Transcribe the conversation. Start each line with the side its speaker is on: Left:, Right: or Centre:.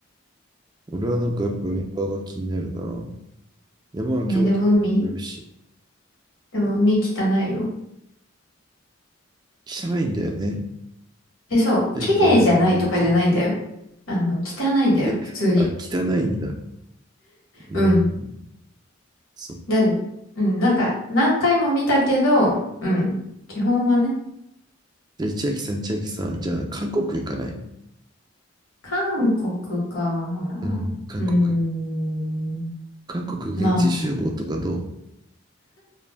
Right: 俺はなんかやっぱ海側が気になるかな。山は京都で登れるし。
Left: ね、でも海、でも海汚いよ。
Right: 汚いんだよね。
Left: え、そう、
Right: じゃあ行かない方がいいか。
Left: 綺麗じゃないとかじゃないんだよ。あの、汚いんだよ、
Right: え、
Left: 普通に。
Right: あ、汚いんだ。うん。
Left: うん。
Right: そう
Left: だ、うん、なんか、何回も見たけど、うん。基本はね、
Right: じゃあ千秋さん、千秋さん。じゃあ韓国行かない
Left: 韓国か。
Right: うん、韓国。
Left: うーん。
Right: 韓国現地集合とかどう
Left: まあ。